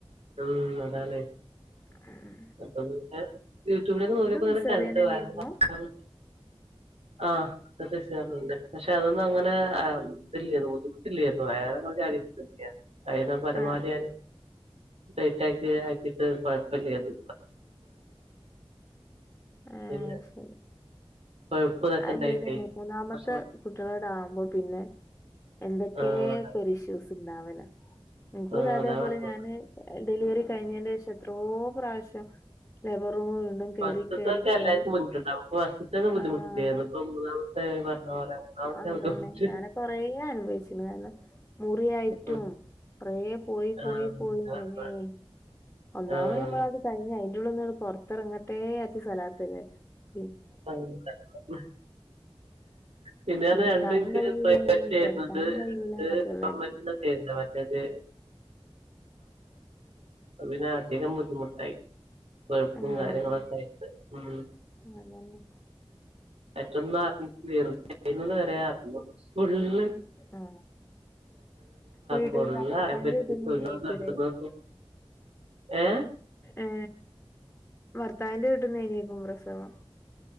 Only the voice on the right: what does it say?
ഉം. അതാണ്.
അപ്പൊ പിന്നെ യൂട്യൂബിലൊക്കെ നോക്കിയപ്പോ ഇങ്ങനെ
കണ്ടു
വയറ് കുറക്കാൻ പറ്റു ആ <unintelligible> പക്ഷെ അതൊന്നും അങ്ങനെ ഇത്ഇല്ല്യാ <unintelligible> അയിന്റെ പരമാവധി
ടൈയ്റ്റാക്കിട്ട് കൊഴപ്പില്ലായിരുന്നു
പിന്നെ
കൊഴുപ്പ് ഇതൊക്കെ
ഇണ്ടായിട്ടേ
കൊർച്ച്
ആഹ്
ആഹ്
അതാ
പർഞ്ഞത്
ഫസ്റ്റ്ത്തൊക്കെ
എല്ലാർക്കും
ബുദ്ധിമുട്ട്ണ്ടാവും ഫസ്റ്റ്ത്തൊന്നും ബുദ്ധിമുട്ടില്ലായിരുന്നു
ഇപ്പം മൂന്നാമത്തെ പറഞ്ഞ പോലെ മൂന്നാമത്തെ
ബുദ്ധിമുട്ട്
ഉം.
ആഹ്
അതാ പർഞ്ഞെ
ആഹ്
<unintelligible> പിന്നെണ്
രണ്ട് കുട്ടികൾ
പ്രെവറ്റ് ആയിരുന്നത്
അത്
ഗവൺമെന്റി മറ്റേത് അയിന് അധികം ബുദ്ധിമുട്ടായി കൊഴുപ്പും
കാര്യങ്ങളൊക്കെ
ആയിട്ട് ഉം
പ്പെട്ടെന്ന് അറിഞ്ഞിട്ടില്ലേന്നു പ്രസവിക്കുന്നത് വരെ അറിഞ്ഞു ഫുള്ള്
ഫുള്ള്
അറിയാൻ പറ്റ്ന്നെള്ളു
<unintelligible> ഏ